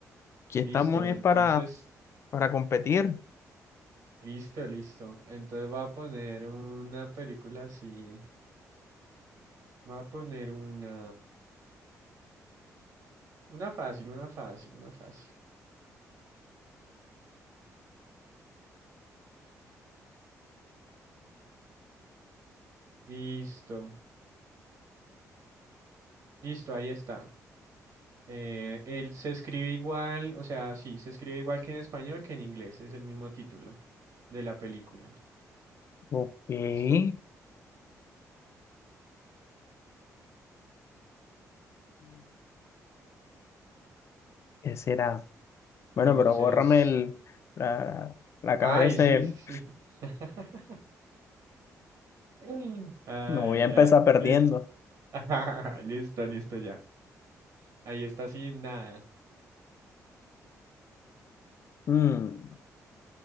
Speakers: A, on the left (about 50°); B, on the right (about 55°).
A: Aquí estamos
B: Listo,
A: es
B: entonces,
A: para, para competir.
B: listo, listo. Entonces va a poner una película así. Va a poner una, una fácil, una fácil, una fácil. Listo, listo, ahí está. Eh, él se escribe igual, o sea, sí, se escribe igual que en español que en inglés, es el mismo título de la película.
A: Ok. Mm,
B: ¿Listo?
A: ¿Qué será? Bueno,
B: Entonces,
A: pero bórrame el, la, la cabeza,
B: ay, sí,
A: el-
B: sí, sí. <laughs> Mm. Ay,
A: No voy a empezar
B: ya.
A: perdiendo.
B: Listo. <laughs> Listo, listo, ya. Ahí está sin nada.
A: Mm,